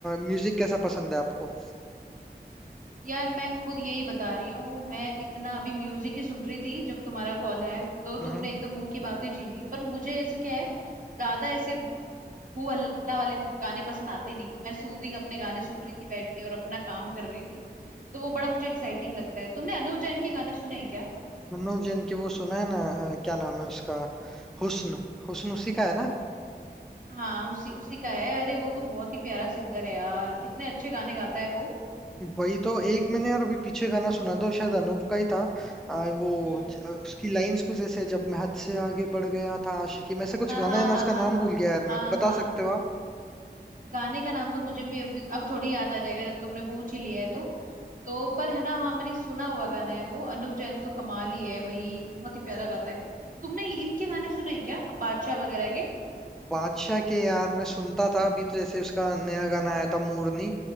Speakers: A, in the centre; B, on the right.
A: म्यूजिक कैसा पसंद है आपको
B: यार मैं खुद यही बता रही हूँ मैं इतना अभी म्यूजिक ही सुन रही थी जब तुम्हारा कॉल आया तो
A: हम्म
B: तुमने एकदम मुंह की बात ही छीन ली पर मुझे ऐसे क्या है ज्यादा ऐसे हू हल्ला वाले गाने पसंद आते नहीं तो मैं सूदिंग अपने गाने सुन रही थी बैठ के और अपना काम कर रही थी तो वो बड़ा मुझे एक्साइटिंग लगता है तुमने अनुव जैन के गाने सुने हैं क्या
A: मनोज जैन की वो सुना है ना अ, क्या नाम है उसका हुस्न हुस्न उसी का है ना
B: हाँ उसी उसी का है अरे वो तो बहुत ही प्यारा सिंगर है यार कितने अच्छे गाने गाता है वो
A: वही तो एक मैंने यार अभी पीछे गाना सुना था वो शायद अनूप का ही था आ, वो
B: हम्म
A: ज- आ, उसकी लाइंस कुछ ऐसे जब मैं हद से आगे बढ़ गया था आशिकी में से कुछ
B: हाँ
A: गाना
B: हाँ
A: है ना
B: हाँ
A: उसका
B: हाँ
A: नाम
B: हाँ
A: भूल गया यार
B: हाँ
A: मैं बता
B: हाँ
A: सकते हो आप
B: गाने का नाम तो मुझे भी अभी अब थोड़ी याद आ जाएगा जब तुमने पूछ ही लिया है तो तो पर है ना हाँ मैंने सुना हुआ गाना है वो अनुव जैन तो कमाल ही है भाई बहुत ही प्यारा गाता है तुमने इनके गाने सुने हैं क्या बादशाह वगैरह के
A: बादशाह के यार मैं सुनता था अभी तो जैसे उसका नया गाना आया था मोरनी